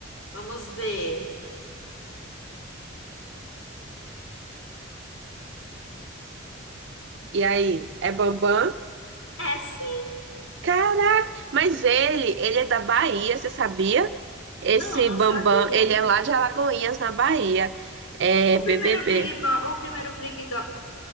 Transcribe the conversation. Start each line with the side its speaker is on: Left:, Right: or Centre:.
Left: Vamos ver.
Right: E aí, é Bambam?
Left: É, sim.
Right: Caraca! Mas ele, ele é da Bahia, você sabia? Esse
Left: Não, não
Right: Bambam,
Left: sabia.
Right: ele é lá de Alagoinhas, na Bahia. É
Left: O
Right: BBB.
Left: primeiro Big Bo- o primeiro Big Do...